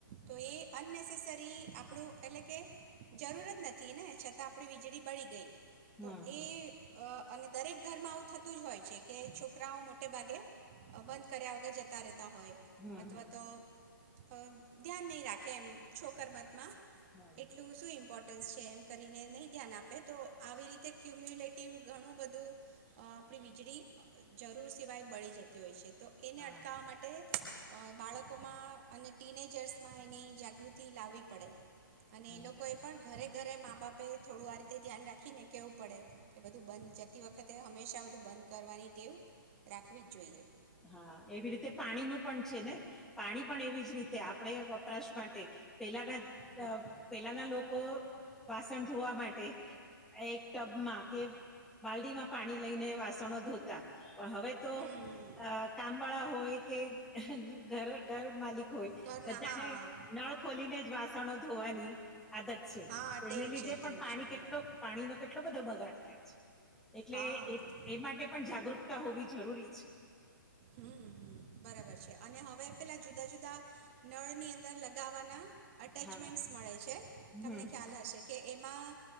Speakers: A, on the right; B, in the centre.
A: તો એ અનનેસેસરી આપણું એટલે કે જરૂર જ નથી ને છતાં આપણી વીજળી બળી ગઈ.
B: હમ
A: તો
B: હમ
A: એ અ અને દરેક ઘરમાં આવું થતું જ હોય છે કે છોકરાઓ મોટે ભાગે બંધ કર્યા વગર જતા રહેતા. તા હોય
B: હમ
A: અથવા
B: હમ
A: તો અ ધ્યાન નહી રાખે એમ છોકર માં માં
B: હમ
A: એટલું શું ઇમ્પોર્ ટન્સ છે એમ કરીને નહીં ધ્યાન આપે તો આવી રીતે ક્યુમ્યુલેટિવ ઘણું બધું અ આપણી વીજળી જરૂર સિવાય બળી જતી હોય છે. તો એને
B: હા
A: અટકાવવા માટે અ બાળકો માં અને ટીજર્સમાં એની જાગૃતિ લાવવી પડે. અને
B: હમ
A: એ લોકો એ પણ ઘરે ઘરે મા બાપે થોડું આ રીતે ધ્યાન રાખી ને કેવું પડે. કે બધું બંધ જતી વખતે હંમેશા બધું બંધ કરવાની ટેવ રાખવી જ જોઈએ.
B: હા એવી રીતે પાણી નું પણ છે ને પાણી પણ એવી જ રીતે
A: હમ
B: આપણે વપરાશ માટે એ પેલા નાજ.
A: હમ
B: અ પહેલા ના લોક કો વાસણ ધોવા માટે એક ટબમાં કે બાલ્ડીમાં પાણી લઈને વાસણો ધોતા. પણ હવે તો
A: હમ
B: કામ વાળા હોય કે ઘર ગર માલિક હોય
A: ઘરના
B: બધાને
A: હા હા
B: નળ ખોલીને જ વાસણો ધોવાની આદત છે.
A: હા
B: તો
A: ટેવ
B: એને લીધે
A: છે ટેવ
B: પણ પાણી
A: છે
B: કેટલો
A: બરાબર
B: પાણીનો કેટલો બધો બગાડ થાય છે. એટલે
A: હા હા
B: એ
A: હા
B: એ માટે પણ જાગૃકતા હોવી જરૂરી. ચી.
A: હમ્મ હમ્મ બરાબર છે અને હવે પેલા જુદા જુદા નળ ની અંદર લગાવાના અટેચમેન્ટ
B: હા
A: મળે છે.
B: હમ
A: તમને
B: હમ.
A: ખ્યાલ હશે કે એ મા